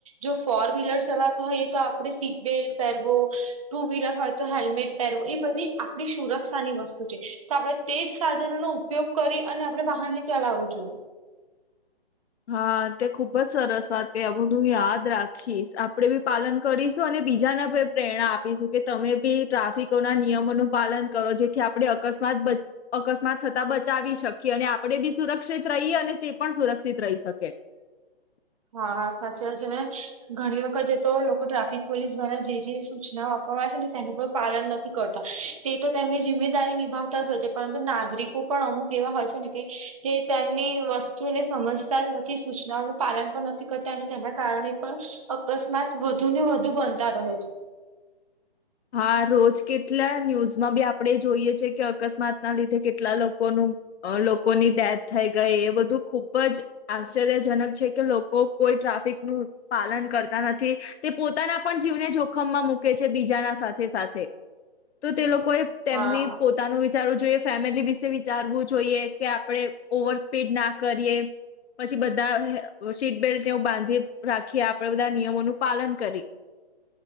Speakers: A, on the right (about 35°); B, on the left (about 80°).
A: જો ફોર વ્હીલર ચલાતા હોય એ તો આપણે સીટ બેલ્ટ પહેરવો. ટુ વ્હીલર હોય તો હેલ્મેટ પહેરવું એ બધી આપણી સુરક્ષાની વસ્તુ છે. તો આપણે તેજ સાધનોનો ઉપયોગ કરી અને આપણે વાહનને ચલાવવું જોઈએ.
B: હા તે ખુબ જ સરસ વાત કરી આ બધુ યાદ રાખીશ આપડે બી પાલન કરીશું અને બીજાને પ્રેરણા આપીશું કે તમે બી ટ્રાફિકો ના નિયમોનું પાલન કરો જેથી આપણે અકસ્માત અકસ્માત થતા બચાવી શક કીએ અને આપણે બી સુરક્ષિત રહીએ અને તે પણ સુરક્ષિત રહી શકે.
A: હા હા સાચી વાત છે ઘણી વખત એ તો લોકો ટ્રાફિક પોલીસ દ્વારા જે જે સૂચના આપવામાં છે ને તેનું પણ પાલન નથી કરતા તે તો તેમની જિમ્મેદારી નિભાવતા જ હોય છે પરંતુ નાગરિક લોકો પણ અમુક એવા હોય છે ને તેમની વસ્તુને સમજતા નથી સૂચનાઓ પાલન પણ નથી કરતા અને તેના કારણે પણ અકસ્માત વધુ ને વધુ બનતા રહે છે.
B: હા રોજ કેટલા ન્યૂઝમાં બી આપણે જોઈએ છીએ કે અકસ્માત ના લીધે કેટલા લોકોનું અ લોકોની ડેથ થઈ ગઈ એ બધું ખુબ જ આશ્ચર્યજનક છે કે લોકો કોઈ ટ્રાફિક નું પાલન કરતા નથી તે પોતાના પણ જીવને જોખમમાં મૂકે છે બીજાના સાથે સાથે તો તે લોકોએ તેમની
A: હા
B: પો પોતાનું વિચારવું જોઈએ, ફેમિલી વિશે વિચારવું જોઈએ કે આપડે ઓવર સ્પીડ ના કરીએ પછી બધા સીટબેલ્ટ ને બાંધી રાખી આપણેે બધા નિયમોનું પાલન કરી.